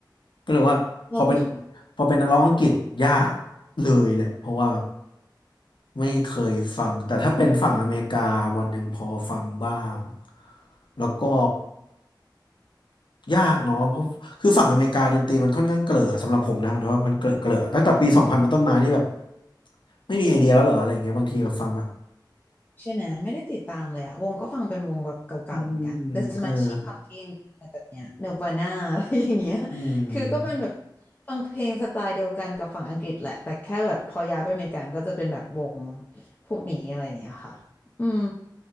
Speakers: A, on the left (about 80°); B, on the left (about 25°).
A: ก็เลยว่าพอเป็น
B: เราก็
A: พอเป็นนักร้องอังกฤษยากเลยแหละเพราะว่าไม่เคยฟังแต่ถ้าเป็นฝั่งอเมริกาวันหนึ่งพอฟังบ้างแล้วก็ยากเนาะเพราะคือฝั่งอเมริกาดนตรีมันค่อนข้างเกลอสำหรับผมนะมันว่ามันเกลอเกลอตั้งแต่ปีสองพันเป็นต้นมานี่แบบไม่มีไอเดียแล้วเหรออะไรอย่างเงี้ยบางทีมาฟังแบบ
B: ใช่ไหมไม่ได้ติดตามเลยอะวงก็ฟังเป็นวงแบบเก่าๆเหมือนกัน
A: อืม
B: The Smashing
A: ก็เลย
B: Pumpkins อะไรแบบเนี้ย Nirvana <laughs> อะไรอย่างเงี้ย
A: อืม
B: คือก็เป็นแบบฟังเพลงสไตล์เดียวกันกับฝั่งอังกฤษแหละแต่แค่แบบพอย้ายไปอเมริกันก็จะเป็นแบบวงพวกนี้อะไรอย่างเงี้ยค่ะอืม